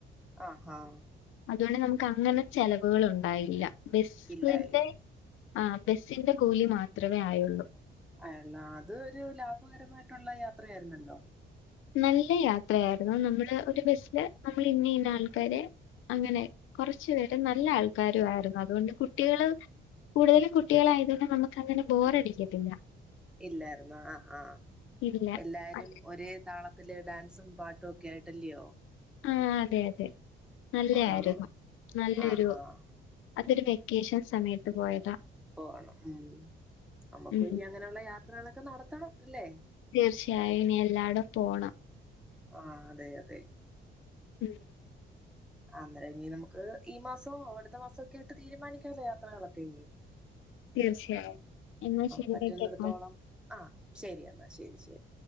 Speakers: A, in the centre; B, on the left.
A: ആഹഹ
B: അതുകൊണ്ട് നമുക്ക് അങ്ങനെ ചെലവുകൾ ഉണ്ടായില്ല ബസ്ന്റെ
A: ഇല്ലായി
B: ആ ബസ്സിന്റെ കൂലി മാത്രമേ ആയുള്ളൂ
A: അല്ല അത് ഒരു ലാഭകരമായിട്ടുള്ള യാത്രയായിരുന്നല്ലോ
B: നല്ല യാത്രയായിരുന്നു നമ്മള് ഒരു ബസില് നമ്മൾ ഇന്ന ഇന്ന ആൾക്കാര് അങ്ങനെ കുറച്ചു പേരെ നല്ല ആൾക്കാര ആയിരുന്നു അതുകൊണ്ട് കുട്ടികള് കൂടുതലും കുട്ടികളായതൊന്നെ നമുക്ക് അങ്ങനെ ബോറടിക്കത്തില്ല
A: ഇല്ലായിരുന്ന ആഹ ആഹ
B: ഇല്ല.
A: എല്ലാരും
B: അതെ.
A: ഒരേ താള അതില് ഡാൻസും പാട്ടും ഒക്കെ ആയിട്ടല്ലയോ
B: ആഹ അതെ അതെ നല്ലയായിരുന്നു
A: ആഹ്
B: നല്ലൊരു
A: ആഹ് ആഹ്
B: അതൊരു വെക്കേഷൻ സമയത്ത് പോയതാ
A: പോണം ഉം നമ്മുക്ക്
B: ഉം.
A: പിന്നെ അങ്ങനെയുള്ള യാ ത്രങ്ങളൊക്കെ നടത്തണം ല്ലേ
B: തീർച്ചയായും ഇനി എല്ലാടോം പോണം
A: ആ അതെ അതെ
B: ഉം
A: അന്നേരം ഇനി നമുക്ക് ഈ മാസോ അവിടുത്തെ മാസം ഒക്കെ ആട്ട് തീരുമാനിക്കല്ലോ യാത്രകളൊക്കെ ഇനി
B: തീർച്ചയായും എന്ന ശരി
A: പറ്റുന്നിടത്തോളം
B: വെക്കട്ടെ
A: ആ ശരി എന്നാ ശരി ശരി